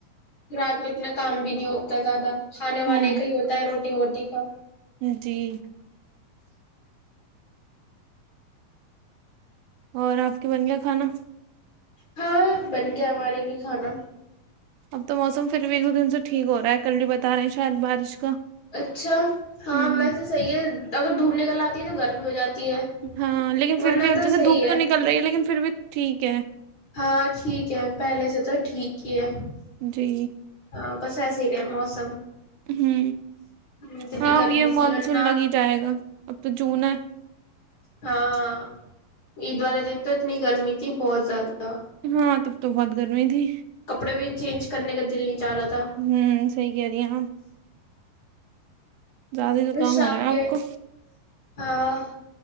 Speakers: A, on the left (about 40°); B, on the right (about 85°).
A: رات میں اتنا کام بھی نہیں ہوتا زیادہ کھانے وانے
B: ہوں
A: کا ہی ہوتا ہے روٹی ہوتی کا
B: جی اور آپ کے بن گیا کھانا
A: ہاں بن گیا ہمارے بھی کھانا
B: اب تو موسم پھر بھی ایک دو دن سے ٹھیک ہو رہا ہے کل بھی بتا رہے ہیں شاید بارش کا
A: اچھا ہاں
B: ہ
A: ویسے صحیح ہے اگر دھوپ نکل آتی تو گرمی ہو جاتی ہے
B: ہاں لیکن پھر
A: ورنہ
B: بھی
A: تو
B: جیسے
A: صحیح
B: دھوپ تو نکل رہی ہے لیکن پھر بھی ٹھیک ہے
A: ہاں ٹھیک ہے پہلے سے تو ٹھیک ہی ہے
B: جی
A: آاں بس س رہے موسم
B: ہ
A: اتنی
B: ہاں
A: گرمی
B: اب یہ
A: تھی
B: مانسون
A: ورنہ
B: لگ ہی جائے گا اب تو <unintelligible>
A: ہاں عید والے دن تو اتنی گرمی تھی بہت زیادہ
B: ہاں تب تو بہت گرمی تھی
A: کپڑے بھی چینج کرنے کا دل نہیں چلا تھا
B: ہوں صحیح کہہ رہی ہیں آپ زیادہ ہی زکام
A: شام
B: ہو رہا ہے
A: کے
B: آپ کو
A: ہاں